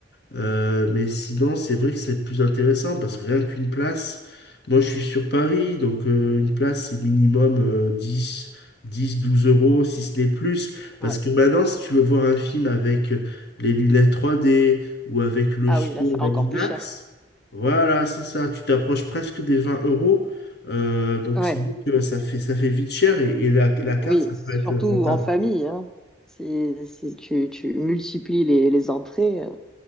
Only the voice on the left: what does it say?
Euh, mais sinon, c'est vrai que c'est plus intéressant parce que rien qu'une place, moi je suis sur Paris, donc euh, une place c'est minimum euh, 10, 10, 12 euros, si ce n'est plus. Parce
que maintenant, si tu veux voir un film avec euh, les lunettes 3D ou avec le
son
en
IMAX,
voilà, c'est ça, tu t'approches presque des 20 euros. Euh, donc
c'est vrai que ça fait, ça fait vite cher et, et la, la carte,
ça
peut être rentable.